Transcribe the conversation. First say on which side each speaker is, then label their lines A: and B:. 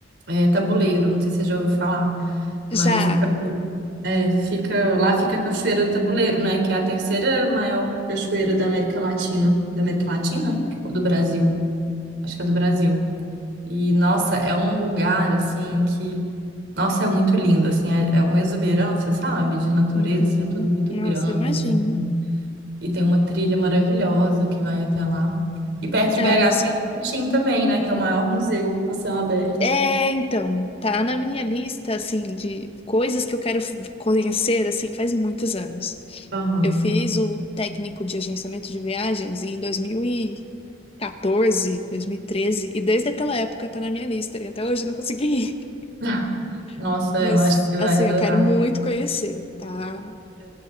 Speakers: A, on the right; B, on the left.
A: é, Tabuleiro, não sei se você já ouviu falar, mas
B: Já.
A: em Tabu- É, fica, lá fica a Cachoeira do Tabuleiro, né? Que é a terceira maior cachoeira da América Latina. Da América Latina? Ou do Brasil? Acho que é do Brasil. E, nossa, é um lugar, assim, que... Nossa, é muito lindo, assim. É, é uma exuberância, sabe? De natureza,
B: Uhum.
A: assim. É tudo muito
B: Nossa,
A: grande,
B: imagino.
A: assim. E tem uma trilha maravilhosa que vai até lá. E perto de
B: Ai,
A: BH
B: eu sim.
A: tem o Tim também, né? Que é o maior museu a céu aberto.
B: É, então, tá na minha lista, assim, de coisas que eu quero f- conhecer, assim, que faz muitos anos.
A: Aham.
B: Eu fiz o técnico de agenciamento de viagens em 2014, 2013, e quatorze, dois mil e treze, e desde aquela época tá na minha lista, e até hoje eu não consegui ir.
A: <laughs> Nossa,
B: <laughs> Mas,
A: eu acho que você vai
B: assim,
A: adorar.
B: eu quero muito conhecer, tá?
A: É.